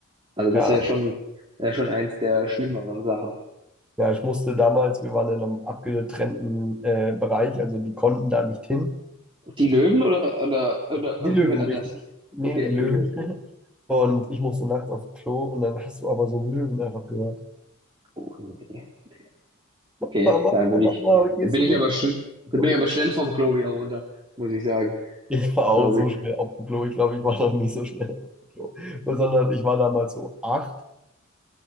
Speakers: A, on the right (about 25°); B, in the centre.
A: Also das
B: Ja,
A: wäre schon, wäre schon eins der schlimmeren Sachen.
B: ja, ich musste damals, wir waren in einem abgetrennten äh, Bereich, also die konnten da nicht hin.
A: Die Löwen oder, oder, oder
B: Die
A: <laughs> irgendjemand
B: Löwen,
A: anders?
B: richtig? Nee,
A: Okay,
B: die Löwen.
A: die Löwen.
B: <laughs> Und ich musste nachts aufs Klo und dann hast du aber so einen Löwen einfach gehört.
A: Oh, nee, nee.
B: Mama,
A: Okay, da bin
B: Mama,
A: ich,
B: Mama, gehst
A: da bin
B: du
A: ich
B: mit?
A: aber
B: aufs
A: schon, da
B: Klo?
A: bin ich aber schnell vom Klo wieder runter, muss ich sagen,
B: Ich war auch
A: glaube
B: so
A: ich.
B: schnell auf dem Klo. Ich glaube, ich war noch nie so schnell auf dem Klo. Besonders, ich war damals so acht.